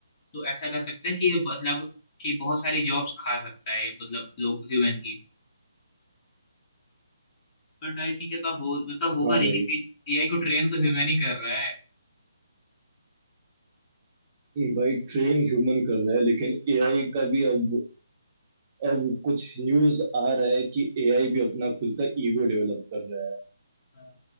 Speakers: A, on the left; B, on the right.
A: तो ऐसा कर सकते हैं कि ये मतलब कि बहुत सारी जॉब्स खा सकता है मतलब लोग ह्यूमन की बट आई थिंक ऐसा हो ऐसा होगा
B: हाँ
A: नहीं
B: भाई
A: क्योंकि एआई को ट्रेन तो ह्यूमन ही कर रहा है
B: भाई ट्रेन ह्यूमन कर रहा है लेकिन एआई का भी अब अब कुछ न्यूज आ रहा है कि एआई भी अपना खुद का ईगो डेवलप कर रहा है
A: हाँ।